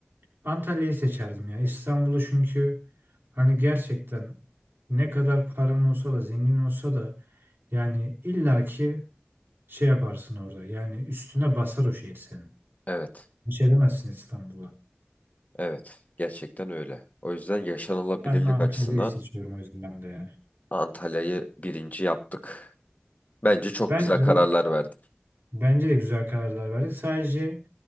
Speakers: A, on the right; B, on the left.
A: Antalya'yı seçerdim ya. İstanbul'u çünkü hani gerçekten ne kadar paran olsa da zengin olsa da yani illaki şey yaparsın orada. Yani üstüne basar o şehir senin.
B: Evet,
A: Hiç edemezsin İstanbul'a.
B: evet. Gerçekten öyle. O yüzden yaşanılabilirlik
A: Ben Antalya'yı
B: açısından
A: seçiyorum o yüzden ben de yani.
B: Antalya'yı birinci yaptık. Bence çok
A: Bence
B: güzel kararlar verdik.
A: Bence de güzel kararlar verdik. Sadece